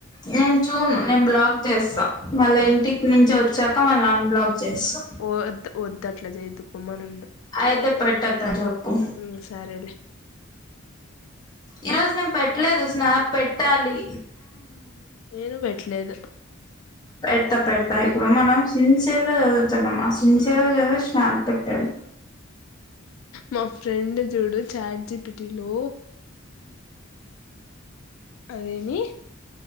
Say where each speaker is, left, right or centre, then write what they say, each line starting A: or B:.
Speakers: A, on the left; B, on the left.
A: నేను చూను నేను బ్లాక్ చేస్తా మళ్ళా ఇంటికి నుంచి వచ్చాక మళ్ళీ అన్బ్లాక్ చేస్తా
B: వద్ వద్దు అట్లా చేయోద్దుకో మనం
A: అయితే పెట్టోదని చెప్పు
B: ఉమ్ సరేలే
A: ఈరోజు నేను పెట్టలేదు స్నాప్ పెట్టాలి.
B: నేను పెట్టలేదు.
A: పెడతా పెడతా ఇప్పుడు మనం సిన్సియర్ గా చదువుతున్నాం, ఆ సిన్సియర్ గా చదివేది స్నాప్ పెట్టాలి.
B: మా ఫ్రెండ్ చూడు చాట్జీపిటిలో అదేమి